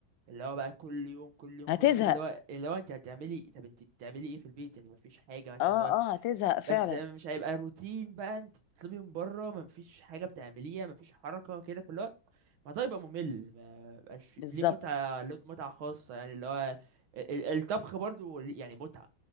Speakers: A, on the right; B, on the left.
A: اللي هو بقى كل يوم كل يوم
B: هتزهق
A: كل يوم اللي هو اللي هو انت هتعملي طب انت بتعملي ايه في البيت يعني مفيش حاجه مثلا
B: اه
A: اللي هو
B: اه هتزهق فعلا
A: بس مش هيبقى روتين بقى انت بتطلبي من بره مفيش حاجه بتعمليها مفيش حركه كده فاللي هو ما ده يبقى ممل ما بقاش في-
B: بالظبط
A: ليه متعة له متعة خاصة يعني اللي هو ال- ال- الطبخ برضو ليه- يعني متعة